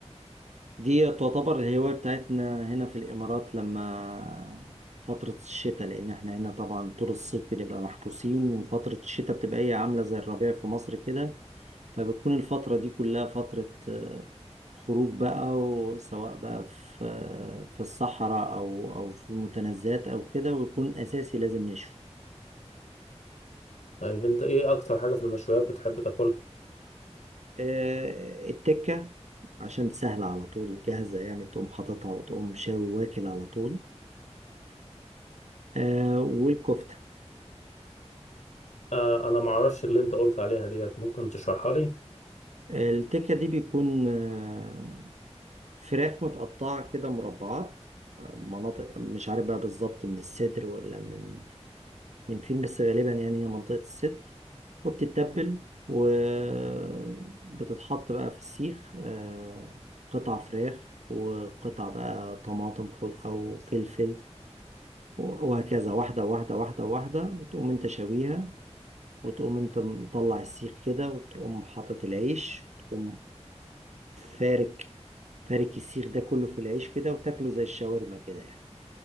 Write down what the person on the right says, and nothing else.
دي تعتبر الهواية بتاعتنا هنا في الإمارات لما فترة الشتاء لأن احنا هنا طبعا طول الصيف بنبقى محبوسين وفترة الشتاء بتبقى هي عاملة زي الربيع في مصر كده فبتكون الفترة دي كلها فترة آه، خروج بقى وسواء بقى في آه، في الصحراء أو أو في المتنزهات أو كده ويكون أساسي لازم نشوي
آه، التكة عشان سهلة على طول جاهزة يعني تقوم حاططها وتقوم شاوي واكل على طول آه، والكفتة
التكة دي بيكون آه، فراخ متقطعة كده مربعات آه، مناطق مش عارف بقى بالظبط من الصدر ولا من من فين بس غالبا يعني هي منطقة الصدر وبتتبل وبتتحط بقى في السيخ آه، قطع فراخ وقطع بقى طماطم خض- أو فلفل وهكذا واحدة واحدة واحدة واحدة وتقوم انت شويها وتقوم انت مطلع السيخ كده وتقوم حاطط العيش وتقوم فارك فارك السيخ ده كله في العيش كده وتاكله زي الشاورما كده يعني